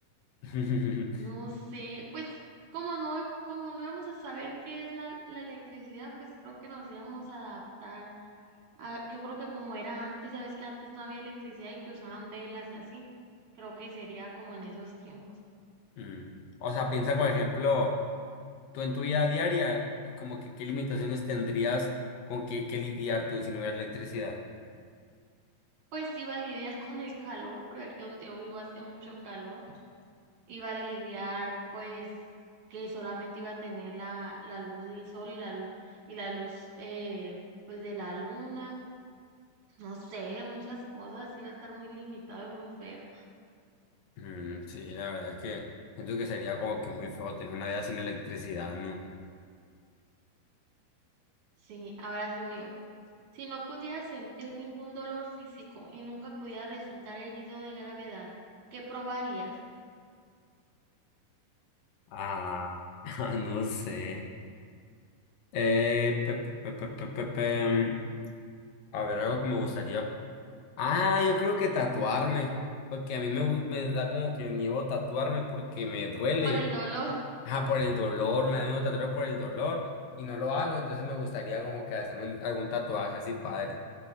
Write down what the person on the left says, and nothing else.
<laughs>
Mm, O sea, piensa, por ejemplo, tú en tu vida diaria y como que qué limitaciones tendrías con qué, qué lidiar tú si no hubiera electricidad.
Mm, sí, la verdad es que siento que sería como que muy feo tener una vida sin electricidad, ¿no?
Ah, <laughs> no sé. Eh, pe- pe- pe- pe- pe- pe- pe- mm, A ver, algo que me gustaría Ah, yo creo que tatuarme, porque a mí me, gu- me da como que miedo tatuarme porque me duele,
ajá, por el dolor, me da miedo tatuarme por el dolor y no lo hago, entonces me gustaría como que hacerme un- algún tatuaje así, padre.